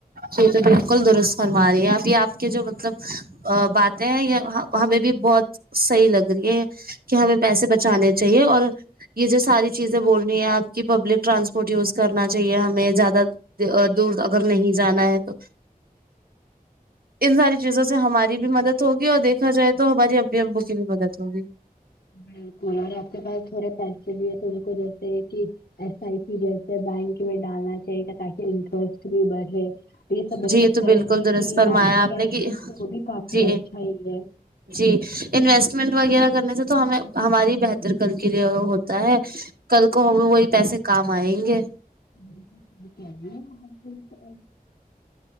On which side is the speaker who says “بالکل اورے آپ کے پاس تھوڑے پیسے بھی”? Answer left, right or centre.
Left